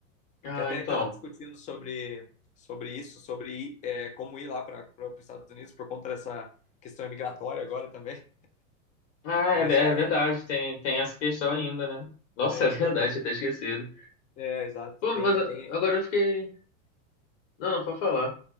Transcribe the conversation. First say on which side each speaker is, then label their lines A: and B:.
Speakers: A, on the left; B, on the left.
A: Ah,
B: Que até
A: então.
B: estava discutindo sobre, sobre isso, sobre ir, é, como ir lá para os Estados Unidos por conta dessa questão migratória agora também.
A: Ah,
B: Mas,
A: é, ve- é
B: cara,
A: verdade, tem, tem essa questão ainda, né? Nossa,
B: é
A: <laughs> é verdade,
B: porque eu.
A: tinha até esquecido.
B: É, exato.
A: Pô,
B: Tem,
A: mas a-
B: tem,
A: agora eu fiquei. Não, não, pode falar.